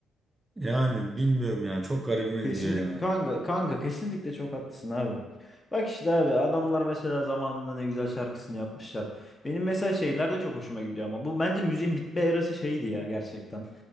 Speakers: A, on the right; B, on the left.
A: Yani bilmiyorum ya. Çok garibime gidiyor
B: Kesinlikle
A: ya.
B: kanka kanka kesinlikle çok haklısın abi. Bak işte abi adamlar mesela zamanında ne güzel şarkısını yapmışlar. Benim mesela şeyler de çok hoşuma gidiyor ama bu bence müziğin bitme erası şeydi ya gerçekten.